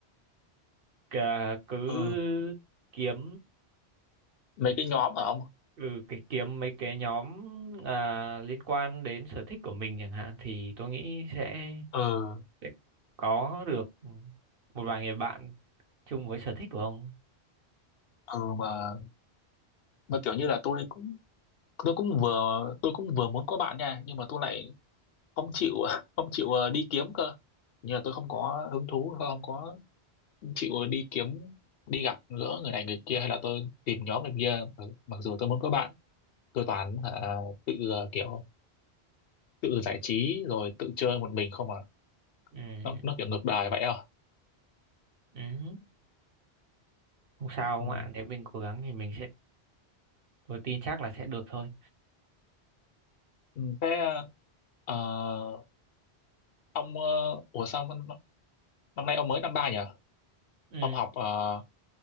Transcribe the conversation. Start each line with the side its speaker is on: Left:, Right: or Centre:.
Right: cà- cứ
Left: Ờ,
Right: kiếm
Left: mấy cái nhóm ở ông
Right: ừ, cái kiếm mấy cái nhóm à, liên quan đến sở thích của mình chẳng hạn thì tôi nghĩ sẽ,
Left: ờ
Right: sẽ có được một vài người bạn chung với sở thích của ông
Left: ừ mà mà kiểu như là tôi cũng tôi cũng vừa tôi cũng vừa muốn có bạn nha nhưng mà tôi lại không chịu <laughs> không chịu ờ, đi kiếm cơ nhưng là tôi không có hứng thú tôi không có chịu đi kiếm đi gặp gỡ người này người kia hay là tôi tìm nhóm này kia mặc mặc dù tôi muốn có bạn tôi toàn hả, tự ờ, kiểu tự giải trí rồi tự chơi một mình không à
Right: ừ.
Left: nó nó kiểu ngược đời vậy à
Right: Ừ. không sao ông
Left: ừ.
Right: ạ nếu mình cố gắng thì mình sẽ tôi tin chắc là sẽ được thôi
Left: Ừ. thế ờ, ông ờ, ủa sao năm năm nay ông mới năm ba nhỉ
Right: ừ.
Left: ông học ờ,